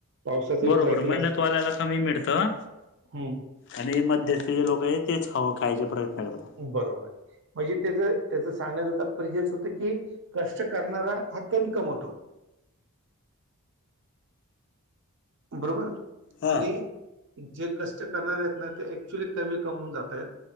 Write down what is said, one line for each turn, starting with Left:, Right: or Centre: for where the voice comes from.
Right: पावसाचा
Left: बरोबर
Right: विचार केला
Left: मेहनत
Right: जातो
Left: वाल्याला कमी मिळतं.
Right: हम्म,
Left: आणि हे मध्यस्थीचे लोक आहे तेच खाव खायचे प्रयत्न करता.
Right: बरोबर आहे. म्हणजे त्याच त्याच सांगण्याचं तात्पर्य हेच होतं की कष्ट करणारा हा कमी कमवतो बरोबर
Left: हा
Right: आणि जे कष्ट करणार आहेत ना ते ऍक्च्युली कमी कमवून जातायत